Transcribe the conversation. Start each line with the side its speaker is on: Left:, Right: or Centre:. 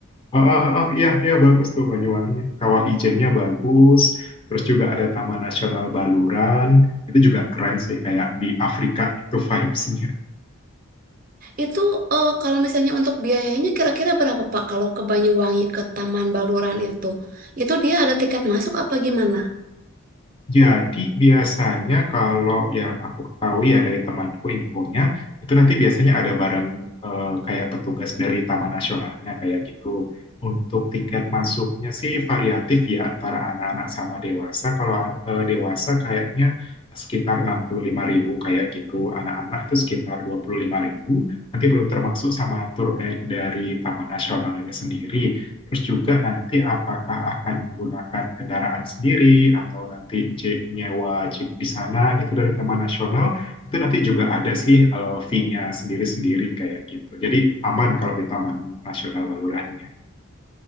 Left: Oh, oh, oh, iya, iya bagus tuh Banyuwangi. Kawah Ijennya bagus. Terus juga ada Taman Nasional Baluran. Itu juga keren sih kayak di Afrika itu vibes <laughs>
Right: Itu eh, kalau misalnya untuk biayanya kira-kira berapa Pak? Kalau ke Banyuwangi ke Taman Baluran itu, itu dia ada tiket masuk apa gimana?
Left: Jadi biasanya kalau yang aku ketahui ya dari temanku infonya itu nanti biasanya ada barang eh, kayak petugas dari Taman Nasionalnya kayak gitu. Untuk tiket masuknya sih variatif ya antara anak-anak sama dewasa. Kalau eh, dewasa kayaknya sekitar enam puluh lima ribu kayak gitu. Anak-anak itu sekitar dua puluh lima ribu Nanti belum termasuk sama tour guide dari Taman Nasionalnya sendiri. Terus juga nanti apakah akan menggunakan kendaraan sendiri atau nanti je- nyewa jeep di sana gitu dari Taman Nasional, itu nanti juga ada sih eh, fee-nya sendiri-sendiri kayak gitu. Jadi aman kalau di Taman Nasional Balurannya.